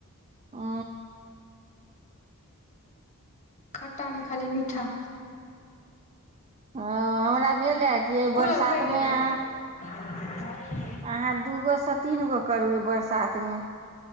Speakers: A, on the right; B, on the left.
A: ओ
B: खट्टा नेय खाली मीठा
A: ओ हमरा भेल अय कि अय
B: कूलर
A: बरसातमे
B: भैर देलियै
A: अहाँ
B: <unintelligible>
A: अहाँ दूगो सँ तीन गो करबै ई बरसातमे